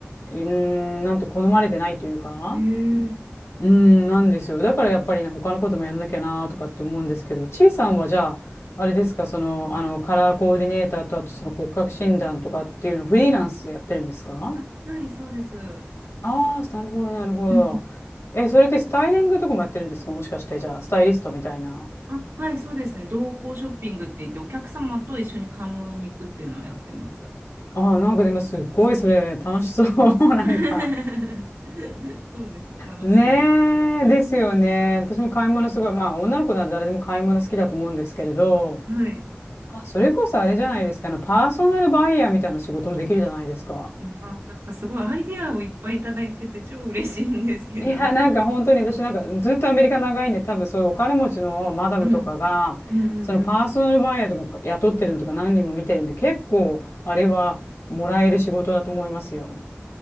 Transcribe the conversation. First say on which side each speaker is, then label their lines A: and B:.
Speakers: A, on the left; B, on the right.
A: うーん、なんと好まれてないというか、
B: ええ。
A: うーん、なんですよ。だからやっぱりね、他のこともやんなきゃなとかって思うんですけど、ちいさんはじゃあ、あれですか、その、あの、カラーコーディネーターと、あとその骨格診断とかっていうのをフリーランスでやってるんですか
B: あ、はい、そうです。う
A: ああー、なるほど、なるほど。
B: ん
A: え、それでスタイリングとかもやってるんですかもしかして、じゃあ、スタイリストみたいな。
B: あ、はい、そうですね。同行ショッピングって言って、お客様と一緒に買い物に行くっていうのをやってます。
A: ああ、なんかでもすっごいそれ楽しそう。<laughs> なんか。
B: <laughs> そうですね。楽しいです。
A: ねえ、ですよね。私も買い物すごい、まあ女の子なら誰でも買い物好きだと思うんですけれど、
B: はい。
A: あ、それこそあれじゃないですか。あの、パーソナルバイヤーみたいな仕事もできるじゃないですか。
B: まあなんかすごいアイディアをいっぱいいただいてて超嬉しいんですけど。
A: いや、なんか本当に私なんかずっとアメリカ長いんで、多分そういうお金持ちのマダムとかが、
B: うん。うんうんうん。
A: そのパーソナルバイヤーとか雇ってるのとか何人も見てるんで、結構あれはもらえる仕事だと思いますよ。